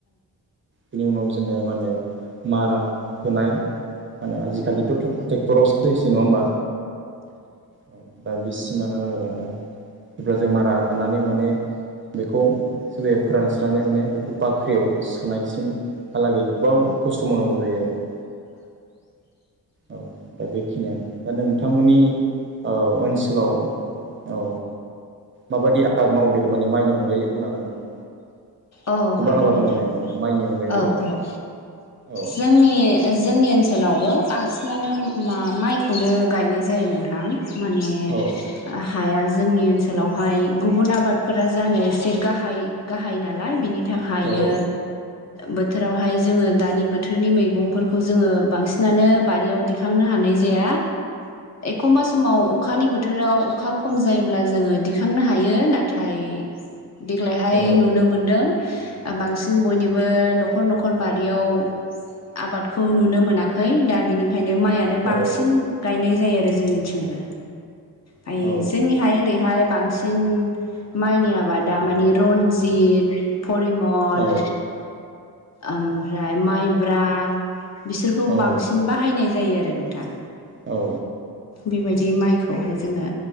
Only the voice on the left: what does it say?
औ
हागोन
नोंथां
औ औ
जोंनि जोंनि ओनसोलावबो बांसिनानो मा माइखौनो गायनाय जायो नोंथां माने
हा हाया जोंनि ओनसोलावहाय गुबुन आबादफोरा जानो एसे गाहाय गाहाय नालाय बिनि थाखायनो
बोथोरावहाय जोङो दानि बोथोरनि मैगंफोरखौ जोङो बांसिनानो बारियाव दिखांनो हानाय जाया एखमबा समाव अखानि बोथोराव अखा खम जायोब्ला जोङो दिखांनो हायो नाथाय देग्लायहाय
नुनो मोन बांसिन बयनिबो न'खर न'खर बारियाव आबादखौ नुनो मोनाखै दा बिनि खायनो माइयानो बांसिन
गायनाय जायो आरो जोंनिथिंबो हाइ
जोंनिहाय ओरैहाय बां बांसिन माइनि आबादा मानि रन्जित फरिमल
ओमफ्राय माइब्रा बिसोरखौ
बांसिन बाहायनाय जायो आरो नोंथां
बेबायदि माइखौहाय जोङो